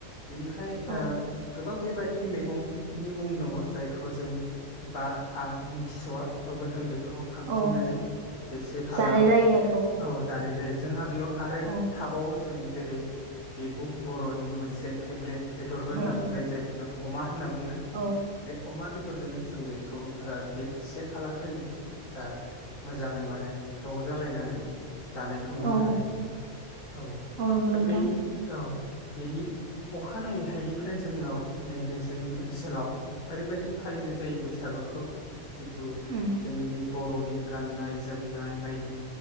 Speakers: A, on the left (about 60°); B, on the right (about 65°).
A: बेनिफ्राय
B: औ
A: ओ गोबां बेबादिनि मेगंनि मुं दङ जायखौ जों बा आं मिथिस'वा थेवबो जों बेख खौ खांथिंनानै
B: औ
A: बे से खालाराव
B: जानाय जायो आरो
A: औ जानाय जायो। जोंहा बेयाव आरो
B: औ
A: थाबावो जों जेरै बेबो बर'निनो मोनसे फेभरेट बेदरबो होनना
B: औ
A: बुंजायो
B: औ
A: जायखौ जों अमा होनना बुङो
B: औ
A: बे अमा बेदरजोंनो जों बेखौ ओ बे से खालार खालि ओ मोजाङै माने ज जालायनानै जानायखौ नुयो
B: औ
A: आरो। औ
B: नंगौ
A: दा
B: नोंथां
A: बेनि औ बेनि अखानायैहायनिफ्राय जोङो नैबे जोंनि ओनसोलाव ओरैबायदि फालिनाय जायो बैसागोखौ जिथु
B: उम
A: जोंनि नै बर' बर'नि गाननाय जोमनाय बायदि